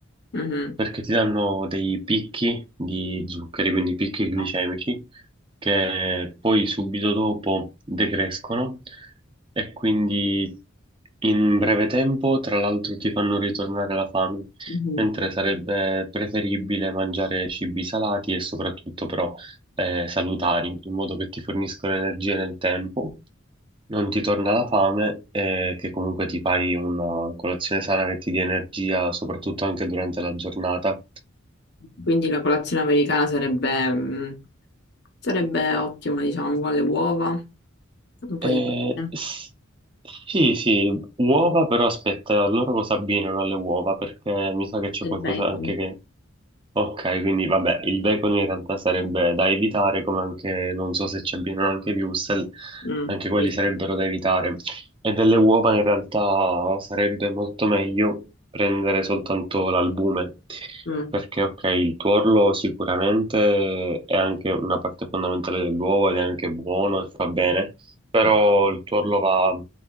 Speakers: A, on the left; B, on the right.
A: mhm.
B: perché ti danno dei picchi di zuccheri, quindi picchi glicemici,
A: Ah,
B: che poi subito dopo decrescono e quindi in breve tempo, tra l'altro, ti fanno ritornare la fame,
A: mhm.
B: mentre sarebbe preferibile mangiare cibi salati e soprattutto però eh, salutari, in modo che ti forniscono energie nel tempo non ti torna la fame e che comunque ti fai una colazione sana che ti dia energia, soprattutto anche durante la giornata.
A: Quindi la colazione americana sarebbe, mh, sarebbe ottima, diciamo, con le uova, un po'
B: Eh,
A: di pane,
B: s- sì, sì, uova, però aspetta, loro cosa abbinano alle uova? Perché mi sa che c'è
A: del
B: qualcosa
A: bacon.
B: anche che Ok, quindi vabbè, il bacon in realtà sarebbe da evitare, come anche, non so se ci abbiano anche i wurstel,
A: Mm,
B: anche quelli
A: Sì,
B: sarebbero
A: sì.
B: da evitare. E delle uova in realtà sarebbe molto meglio prendere soltanto l'albume,
A: mm,
B: perché ok, il tuorlo sicuramente è anche una parte fondamentale dell'uovo ed è anche buono e fa bene, però
A: Sì.
B: il tuorlo va